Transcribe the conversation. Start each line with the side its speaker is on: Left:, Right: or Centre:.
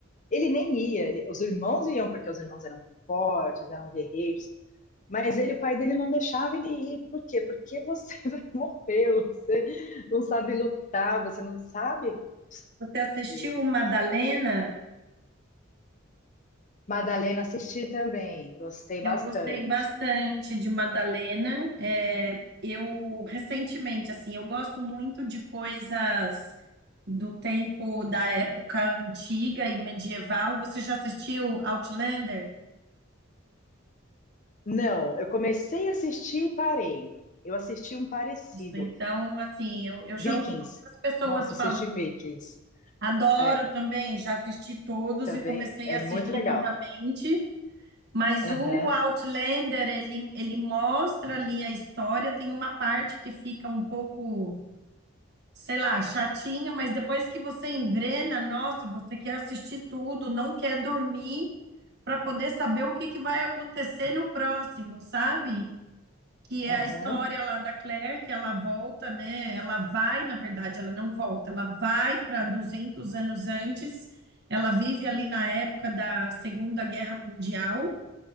Left: ele nem ia. Ele- os irmãos iam porque os irmãos eram fortes, eram guerreiros. Mas ele, o pai dele não deixava ele ir. Por quê? Porque você <laughs> vai morrer, você não sabe lutar, você não sabe.
Right: você assistiu
Left: ver.
Right: Madalena?
Left: Madalena assisti também, gostei
Right: Eu
Left: bastante.
Right: gostei bastante de Madalena. É, eu recentemente, assim, eu gosto muito de coisas do tempo da época antiga e medieval. Você já assistiu Outlander?
Left: Não, eu comecei a assistir e parei. Eu assisti um parecido,
Right: Então, assim, eu, eu já
Left: Vikings.
Right: ouvi algumas pessoas
Left: Nossa, assisti
Right: falando.
Left: Vikings.
Right: Adoro
Left: É,
Right: também, já assisti todos
Left: também
Right: e comecei
Left: é
Right: a assistir
Left: muito legal.
Right: novamente. Mas
Left: Aham,
Right: o Outlander, ele, ele mostra ali a história. Tem uma parte que fica um pouco, sei lá, chatinha, mas depois que você engrena, nossa, você quer assistir tudo, não quer dormir para poder saber o que que vai acontecer no próximo, sabe? que é
Left: aham.
Right: a história lá da Claire, que ela volta, né? Ela vai, na verdade, ela não volta, ela vai para 200 anos antes. Ela vive ali na época da Segunda Guerra Mundial